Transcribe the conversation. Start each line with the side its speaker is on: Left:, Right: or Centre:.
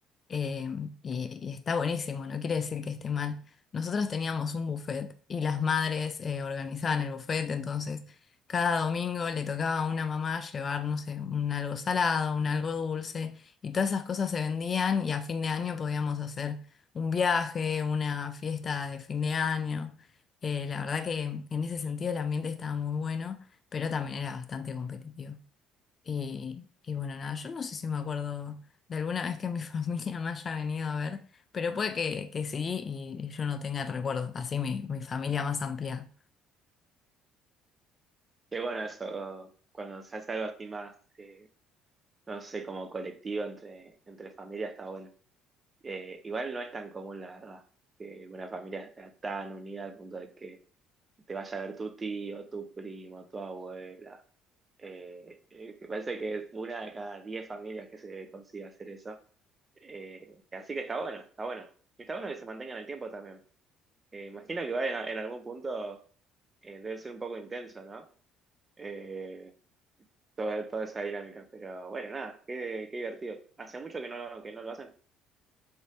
Left: eh, y, y está buenísimo, no quiere decir que esté mal. Nosotros teníamos un buffet y las madres eh, organizaban el buffet, entonces cada domingo le tocaba a una mamá llevar, no sé, un algo salado, un algo dulce, y todas esas cosas se vendían y a fin de año podíamos hacer un viaje, una fiesta de fin de año. Eh, la verdad que en ese sentido el ambiente estaba muy bueno, pero también era bastante competitivo. Y, y bueno, nada, yo no sé si me acuerdo de alguna vez que mi <laughs> familia me haya venido a ver, pero puede que, que sí y yo no tenga el recuerdo, así mi, mi familia más amplia.
Right: Que bueno, eso, cuando se hace algo así más, eh, no sé, como colectivo entre, entre familias está bueno. Eh, igual no es tan común, la verdad, que una familia sea tan unida al punto de que te vaya a ver tu tío, tu primo, tu abuela. Eh, eh, me parece que es una de cada diez familias que se consigue hacer eso. Eh, así que está bueno, está bueno. Y está bueno que se mantengan el tiempo también. Eh, imagino que va en, en algún punto eh, debe ser un poco intenso, ¿no? Eh, toda, toda esa dinámica. Pero bueno, nada, qué, qué divertido. Hace mucho que no, lo- que no lo hacen. <gasps>